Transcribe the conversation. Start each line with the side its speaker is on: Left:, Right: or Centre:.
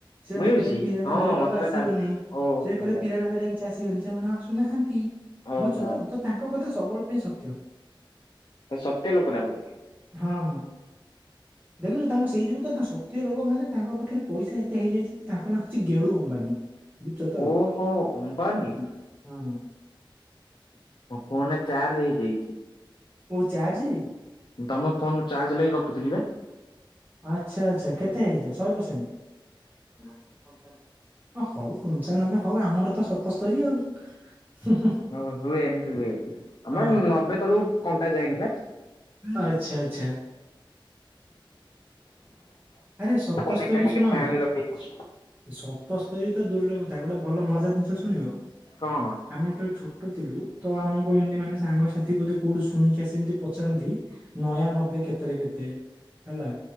Right: ସେମାନେ
Left: ମିଳୁଛି
Right: କହିଲେ ପିରାନା
Left: ହଁ
Right: ଭେରିକାକୁ
Left: ମତେ
Right: ଆସିବନି
Left: ତ କାଲି ଓହୋ
Right: ସେ କହିଲେ ପିରାନା ଭେରିକା କିଛି ଆସିବେନି ସେମାନେ ଆଉ ଆସୁନାହାନ୍ତି
Left: ଓହୋ
Right: ବୁଚତ ତ ତାଙ୍କ କଥା ସବୁବେଳ ପାଇଁ ସତ୍ୟ।
Left: ଏ ସତ୍ୟ ଲୋକଟା ବୋଧେ?
Right: ହଁ ହଁ ଦେଖୁଚୁ ତାଙ୍କ ସେଇ ଯଉ ତ ତା ସତ୍ୟ ଝ ଲୋକମାନୋନ ତାଙ୍କ ପାଖରେ ପଇସା ଏତେ ହେଇଯାଇଛି କି ତାଙ୍କ ନାଁ ହେଉଛି ଗେଡୁ ଅମ୍ବାନୀ। ବୁଝଛ ତ?
Left: ଓହୋ ଅମ୍ବାନୀ
Right: ହଁ
Left: ମୋ ଫୋନରେ ଚାର୍ଜ ହେଇଯାଇଛି।
Right: ଓ ଚାର୍ଜ।
Left: ତମ ଫୋନ ଚାର୍ଜ ଲାଗି ଗପୁଥିଲ ବା।
Right: ଆଛା ଆଛା କେତେ ହେଇଚି ଶହେ ପରସେଣ୍ଟ ନାଇଁ ପଞ୍ଚା ଲବେ। ହ ହଉ ପଞ୍ଚାନବେ ହଉ ଆମର ତ ସତସ୍ତରୀ ଆଉ।
Left: ହଉ ହୁଏ ଏମିତି ହୁଏ
Right: ହଁ।
Left: ଆମର ନବେ ତଳକୁ କଣ୍ଟା ଯାଇନି ବା।
Right: ଆଚ୍ଛା ଆଚ୍ଛା। ଆରେ ସତସ୍ତରୀ
Left: ଟିକେ
Right: ଶୁଣ
Left: ଫ୍ୟାନ ଲଗେଇଛି।
Right: ସ ତସ୍ତରୀ ତ ଦୂରରେ କଥା ଗୋଟେ ଭଲ ମଜା ଜିନିଷ ଶୁଣିବ?
Left: କଣ?
Right: ଆମେ ଯେତେବେଳେ ଛୋଟ ଥିଲୁ ତ ଆମକୁ ଏମିତି ମାନେ ସାଙ୍ଗସାଥି ବୋଧେ କୋଉଠୁ ଶୁଣିକି ଆସି ଏମିତି ପଚାରନ୍ତି। ନୟା ନବେ କେତେରେ କେତେ ହେଲା